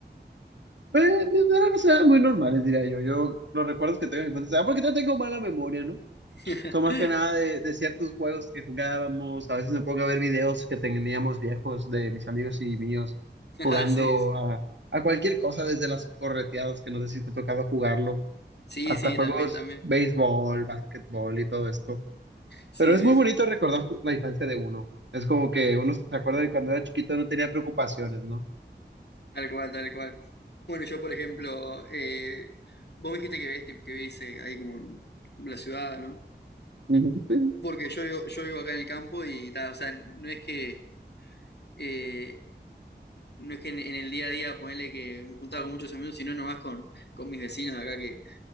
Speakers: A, on the right (about 80°); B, on the left (about 65°).
A: Eh, eran, o sea, muy normales, diría yo. Yo los recuerdos que tengo en mi infancia, ah, porque no tengo mala memoria, ¿no?
B: <laughs>
A: Son más que nada de, de ciertos juegos que jugábamos. A veces me pongo a ver videos que teníamos viejos de mis amigos y míos
B: Ah,
A: jugando
B: sí.
A: a, a cualquier cosa, desde las correteadas, que no sé si te ha tocado jugarlo,
B: Sí,
A: hasta
B: sí,
A: juegos
B: también, también.
A: béisbol, básquetbol y todo esto.
B: Sí,
A: Pero es
B: sí,
A: muy
B: sí.
A: bonito recordar la infancia de uno. Es como que uno se acuerda de cuando era chiquito no tenía preocupaciones, ¿no?
B: Tal cual, tal cual. Bueno, yo, por ejemplo, eh, vos me dijiste que ves, que vivís eh, ahí como en la ciudad, ¿no?
A: Ujú. Sí.
B: Porque yo vivo, yo vivo acá en el campo y, ta, o sea, no es que eh, No es que en, en el día a día, ponele que me juntaba con muchos amigos, sino nomás con, con mis vecinos de acá, que